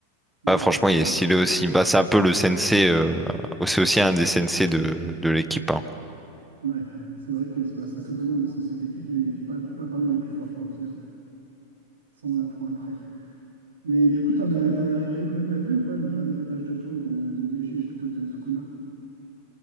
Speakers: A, on the right; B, in the centre.
A: Lui,
B: Ouais,
A: il
B: franchement,
A: est totalement.
B: il est stylé aussi. Bah, c'est un peu le sensei. euh, C'est aussi un des sensei de, de l'équipe. hein.
A: Ouais, c'est vrai que c'est bah, c'est totalement un des senseis de l'équipe, mais il n'est pas, pas parmi les plus forts quoi, au final. Ça, on l'apprend après. Mais du coup, t'en es, t'en es arrivé où là? T'as vu ou pas le dernier pétage de plomb de, de Yuji ou plutôt de Sukuna?